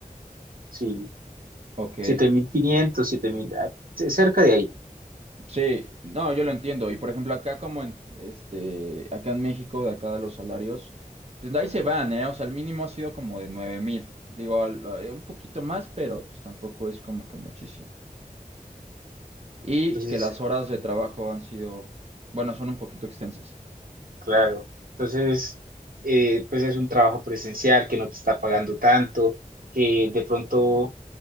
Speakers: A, on the right; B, on the right.
A: sí,
B: Ok,
A: 7.500, 7.000, ah, c- cerca de ahí,
B: sí, no, yo lo entiendo. Y por ejemplo, acá como en, este, acá en México, de acá de los salarios, pues ahí se van, ¿eh? O sea, el mínimo ha sido como de nueve mil Digo, al- eh, un poquito más, pero pues tampoco es como que muchísimo. Y
A: entonces,
B: que las horas de trabajo han sido, bueno, son un poquito extensas.
A: claro, entonces, eh, pues es un trabajo presencial que no te está pagando tanto, que de pronto,